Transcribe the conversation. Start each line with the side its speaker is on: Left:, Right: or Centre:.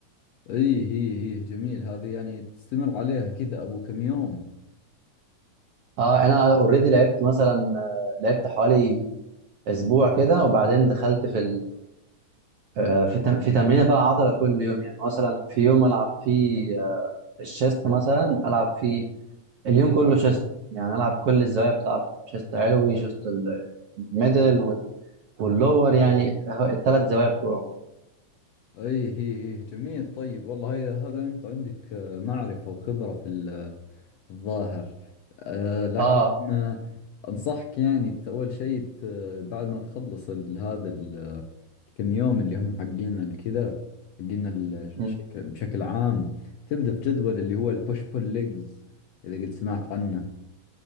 Left: ايه هي هي جميل هذه يعني تستمر عليها كذا ابو كم يوم
Right: اه انا اوريدي لعبت مثلا آه، لعبت حوالي اسبوع كده وبعدين دخلت في آه، في تم- في تمرينه بقى عضله كل يوم يعني مثلا في يوم العب فيه آه، الشيست مثلا العب فيه اليوم كله شيست يعني العب كل الزوايا بتاعته شيست علوي شيست ال- الميدل وال- واللور يعني الثلاث زوايا بتوعه
Left: اي هي هي جميل طيب والله هي هذا انت عندك آه، معرفة وخبرة في ال- آه، الظاهر آه، لكن
Right: اه
Left: آه، انصحك يعني ت- اول شيء ت- بعد ما تخلص ال- هذا ال- آه، الكم يوم اللي هم حقين الكذا حقين الشكل
Right: مم.
Left: بشكل عام تبدأ في جدول اللي هو البوش بول ليجز اذا قد سمعت عنه